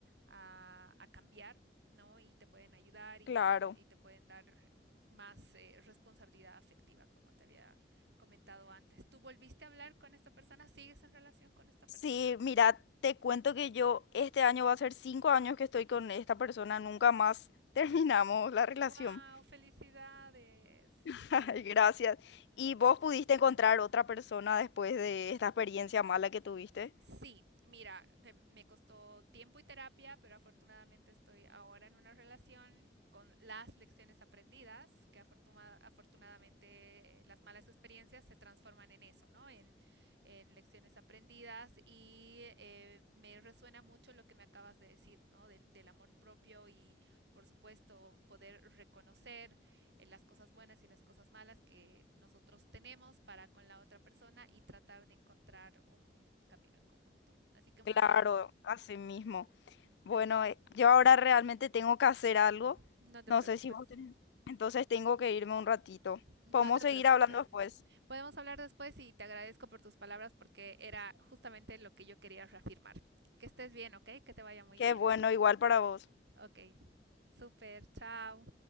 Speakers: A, on the right; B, on the left.
A: a, a cambiar. ¿no? y te pueden ayudar y
B: Claro.
A: te, y te pueden dar más eh, responsabilidad afectiva, como te había comentado antes. ¿Tú volviste a hablar con esta persona? ¿Sigues en relación con esta persona?
B: Sí, mira, te cuento que yo este año va a ser cinco años que estoy con esta persona, nunca más <laughs> terminamos la
A: ¡Wow!
B: relación.
A: ¡Felicidades!
B: <laughs> Ay, Gracias. ¿Y vos pudiste encontrar otra persona después de esta experiencia mala que tuviste?
A: Sí, mira, te- me costó tiempo y terapia, pero afortunadamente estoy ahora en una relación con las lecciones aprendidas, que afortuna- afortunadamente eh, las malas experiencias se transforman en eso, ¿no? En, en lecciones aprendidas y eh, me resuena mucho lo que me acabas de decir, ¿no? Del, del amor propio y, por supuesto, poder reconocer las cosas buenas y las cosas malas que nosotros tenemos para con la otra persona y tratar de encontrar un camino en conjunto. Así que muchas...
B: Claro, así mismo. Bueno, eh, yo ahora realmente tengo que hacer algo.
A: No te
B: No
A: preocupes,
B: sé si vos tenés. Entonces tengo que irme un ratito.
A: no
B: Podemos
A: te
B: seguir
A: preocupes.
B: hablando después.
A: Podemos hablar después y te agradezco por tus palabras porque era justamente lo que yo quería reafirmar. Que estés bien, ¿ok? Que te vaya muy
B: Qué
A: bien.
B: bueno, igual para vos.
A: Ok, super, chao.